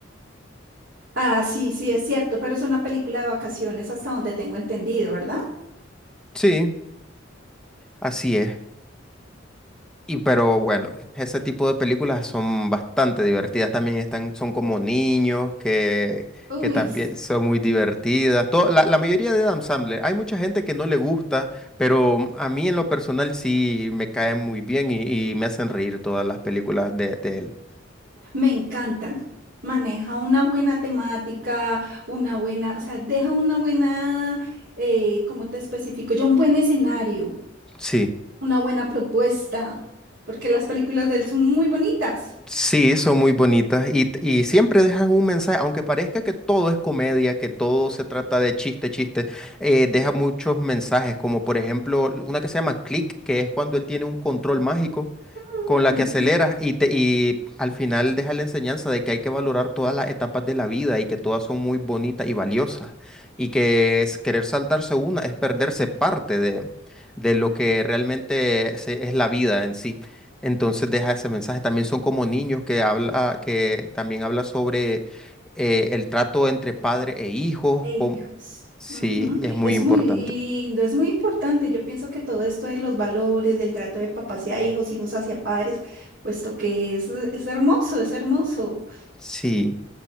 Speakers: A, on the right; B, in the centre.
A: Ah, sí, sí, es cierto, pero es una película de vacaciones hasta donde tengo entendido, ¿verdad?
B: Sí, así es. Y pero bueno, ese tipo de películas son bastante divertidas también, están, son como niños que,
A: Uy,
B: que también son muy divertidas. To- la, la mayoría de Adam Sandler, hay mucha gente que no le gusta, pero a mí en lo personal sí me caen muy bien y, y me hacen reír todas las películas de, de él.
A: me encantan. Maneja una buena temática, una buena, o sea, deja una buena, eh, ¿cómo te especifico? Yo un buen escenario,
B: Sí.
A: una buena propuesta, porque las películas de él son muy bonitas.
B: Sí, son muy bonitas y, y siempre dejan un mensaje, aunque parezca que todo es comedia, que todo se trata de chiste, chiste, eh, deja muchos mensajes, como por ejemplo una que se llama Click, que es cuando él tiene un control mágico
A: Ujú.
B: con la que aceleras y, te, y al final deja la enseñanza de que hay que valorar todas las etapas de la vida y que todas son muy bonitas y valiosas y que es querer saltarse una es perderse parte de, de lo que realmente se- es la vida en sí. Entonces deja ese mensaje. También son como niños que habla, que también habla sobre eh, el trato entre padre e hijos.
A: e
B: com-
A: hijos.
B: Sí,
A: Ujú.
B: es muy
A: Es
B: importante.
A: muy lindo, es muy importante. Yo pienso que todo esto de los valores, del trato de papá hacia hijos, hijos hacia padres, puesto que es, es hermoso, es hermoso.
B: Sí,